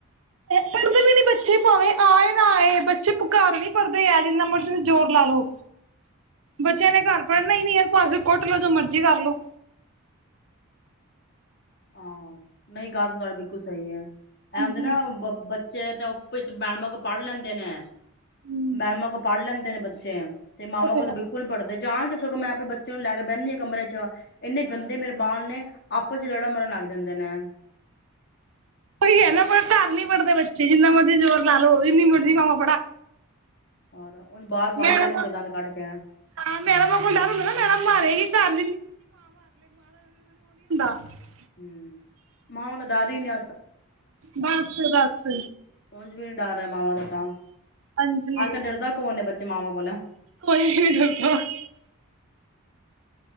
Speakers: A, on the right (about 65°); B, on the left (about 50°).
A: ਪੜਦੇ ਵੀ ਨੀ ਬੱਚੇ ਭਾਵੇਂ ਆਏ ਨਾ ਆਏ ਬੱਚੇ ਘਰ ਨੀ ਪੜ੍ਹਦੇ ਆ ਜਿੰਨਾ ਮਰਜ਼ੀ ਜ਼ੋਰ ਲਾ ਲਓ ਬੱਚਿਆਂ ਨੇ ਘਰ ਪੜ੍ਹਨਾ ਹੀ ਨੀ ਭਾਵੇਂ ਕੁੱਟ ਲ ਜੋ ਮਰਜ਼ੀ ਕਰ ਲੋ
B: ਹਾਂ ਨਹੀਂ ਗੱਲ ਤਾਂ ਤੁਹਾੇ ਬਿਲਕੁਲ ਸਹੀ ਹੈ ਇਹ
A: ਹਾਂਜੀ
B: ਹੁਦੇ ਨੇ ਨਾ ਬੱਚੇ ਤੇ ਵਿਚ ਉਹ <unintelligible> ਪੜ੍ਹ ਲੈਂਦੇ ਨੇ
A: ਹਮ,
B: ਮੈਡਮਾਂ ਕੋ ਪੜ੍ਹ ਲੈਂਦੇ ਦੇ ਨੇ ਬੱਚੇ ਤੇ ਮਾਮਾ
A: ਉਹ
B: ਕੋ ਤਾਂ
A: ਹੈ
B: ਬਿਲਕੁਲ ਪੜਦੇ ਜਾਣ ਸੋਂ ਮੈਂ ਆਪਣੇ ਬੱਚਿਆਂ ਨੂੰ ਲੈ ਕੇ ਬਹਿਿੰ ਨ ਕਮਰੇ ਚ ਆ ਇੰਨੇ ਗੰਦੇ ਮੇਰੇ ਬਾਲ ਨੇ ਆਪਸ ਚ ਜਹੜਾ ਮ ਲੱਗ ਜਾਂਦੇ ਨੇ
A: ਉਹੀ ਹੈ ਨਾ ਪਰ ਘਰ ਨਹੀਂੀ ਪੜ੍ਹਦੇ ਬੱਚੇ ਜਿੰਨਾ ਮਰਜ਼ੀ ਜੋਰ ਬਨਾ ਲੋ ਇੰਨੀ ਮਰਜ਼ੀਾ <unintelligible> <unintelligible>
B: ਹੋਰ ਬਾਹਰ ਪੜ੍ਹ
A: ਮੈਡ
B: ਲੈਣਗੇ
A: ਹਾਂ
B: ਦੰਦ ਕੱਢ ਕੇ
A: ਮੈਡਮ ਆਪ ਕੋਲ ਡਰ ਹੁੰਦਾ ਨਾ ਮੈਡਮ ਮਾਰੇਗੀ ਘਰ <unintelligible>
B: ਹਮ ਮਾਵ ਤਾਂ ਡਰ ਹੀ ਨਹੀਂ
A: ਬੱਸ ਬੱਸ
B: ਕੁਝ ਵੀ ਨੀ ਡਰ ਰਿਹਾ ਮਾਵਾਂ ਦਾ ਤਾਂ
A: ਹਾਂਜੀ
B: ਆ ਕੇ ਡਰਦਾ ਕੌਣ ਨੇ ਬੱਚਾ ਮਾਵਾਂ ਕੋਲੋਂ
A: ਕੋਈ ਵੀ <unintelligible>